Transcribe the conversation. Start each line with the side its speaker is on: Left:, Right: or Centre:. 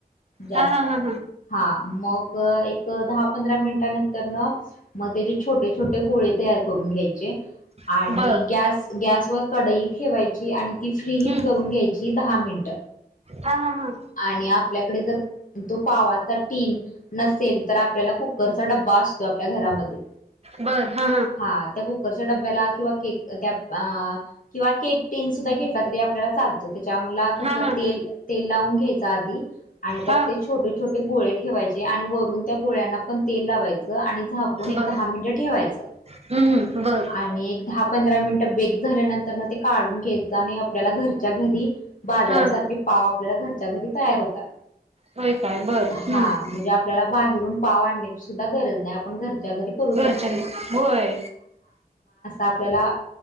Left: जास्त
Right: हा हा हा हा
Left: हा मग एक दहा पंधरा मिनिटानंतर न मग त्याचे छोटे छोटे गोळे तर करून घ्यायचे
Right: बर
Left: आणि गस गॅस व कडई ठेवायची आणि ती फ्री हिट
Right: हम्म
Left: करून घ्यायची दहा मिनट
Right: हा हा हा
Left: आणि आपल्याकडे जर तो पावा टीन नसेल तर आपल्याला कुकरचा डबा असतो आपल्या घरामध्ये
Right: बर हा
Left: हा त्या कुकरच्या डब्याला किंवा केक त्या किंवा केक टीन सुद्धा घेत आपल्याला चालतो त्याच्या मला कस
Right: हा हा
Left: तेल तेल लावून घ्यायच आधी आणि त्यात
Right: हा
Left: ते छोटे छोटे गोळे ठेवायचे आणि वरून त्या गोळ्यांना पण तेल लावायचं आणि झाकून एक
Right: बर
Left: दहा मिनट ठेवायच
Right: हम्म हम्म बर
Left: आणि एक दहा पंधरा मिनिट बेक झाल्यानंतर ना ते काढून घ्यायचं आणि आपल्याला घरच्या घरी बाजारासारखे
Right: हा
Left: पाव आपल्याला घरच्या घरी तयार होतात
Right: होय काय बर हम्म
Left: हा म्हणजे आपल्याला बाहेरून पाव आणण्याची सुद्धा गरज नाही आपण घर घरच्या घरी करू शकतो
Right: घरच्या घरी होय
Left: आपल्याला